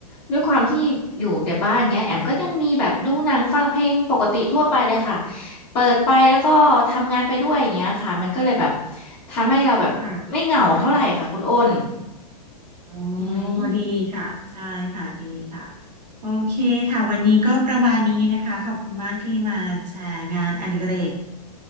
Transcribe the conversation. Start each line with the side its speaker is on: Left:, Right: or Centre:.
Left: ด้วยความที่อยู่แต่บ้านเงี้ยแอมก็ยังมีแบบดูหนังฟังเพลงปกติทั่วไปเลยค่ะเปิดไปแล้วก็ทำงานไปด้วยอย่างเงี้ยค่ะมันก็เลยแบบทำให้เราแบบไม่เหงาเท่าไหร่ค่ะคุณอ้น
Right: ค่ะ อ๋อ
Left: อืม
Right: ดีค่ะใช่ค่ะดีค่ะโอเคค่ะวันนี้ก็ประมาณนี้นะคะขอบคุณมากที่มาแชร์งานอดิเรก